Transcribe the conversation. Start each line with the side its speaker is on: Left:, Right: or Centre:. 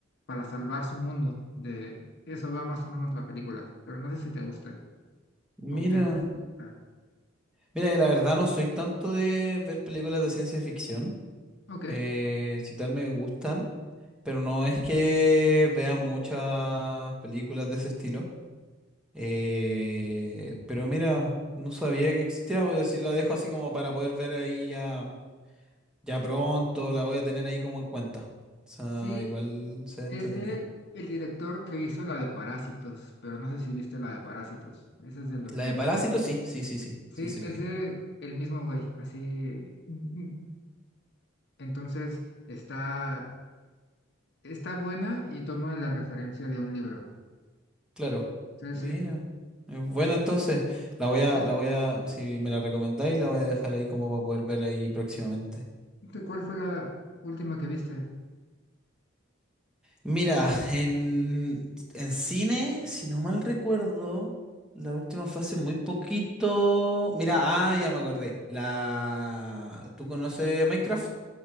Left: para salvar su mundo. De eso va más o menos la película, pero no sé si te guste
Centre: Mira,
Left: o qué es lo que te gusta.
Centre: mira, que la verdad no soy tanto de ver películas de ciencia ficción.
Left: Ok,
Centre: Eh, si tal me gustan, pero no es que vea muchas películas de ese estilo. Eh, pero mira, no sabía que existía, voy a decir, la dejo así como para poder ver ahí ya, ya pronto, la voy a tener ahí como en cuenta. O sea,
Left: sí,
Centre: igual se entretenía.
Left: es de el director que hizo la de Parásitos, pero no sé si viste la de Parásitos. Esa es del dos
Centre: La
Left: mil
Centre: de Parásito,
Left: diez
Centre: sí, sí, sí, sí,
Left: Sí,
Centre: sí, sí
Left: es
Centre: la vi.
Left: de el mismo güey, así. mm, mm. Entonces está, está buena y toma la referencia de un libro.
Centre: Claro.
Left: Sí,
Centre: Mira.
Left: sí.
Centre: Es buena entonces. La voy
Left: Sí,
Centre: a, la voy a, si me la recomendáis, la voy a dejar ahí como para poder ver ahí próximamente.
Left: ¿Tú ¿cuál fue la última que viste?
Centre: Mira, <laughs> en, en cine, si no mal recuerdo, la última fue hace muy poquito. Mira, ah, ya me acordé. La, ¿tú conoces Minecraft?